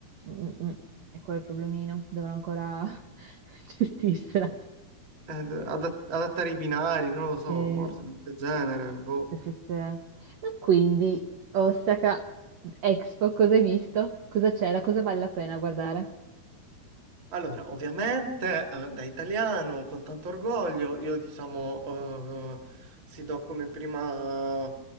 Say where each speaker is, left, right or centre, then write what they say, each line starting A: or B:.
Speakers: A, on the right; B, on the right.
A: Mm, mm, mm. E quello è il problemino, dovrò ancora <laughs> gestirsela.
B: Eh, ad- adattare i binari, non lo so,
A: Sì,
B: forse, del genere, boh.
A: sì, sì, sì. Ma quindi, Osaka Expo, cosa hai visto? Cosa c'era? Cosa vale la pena guardare?
B: Allora, ovviamente, eh, da italiano, con tanto orgoglio, io diciamo, eh, si do come prima,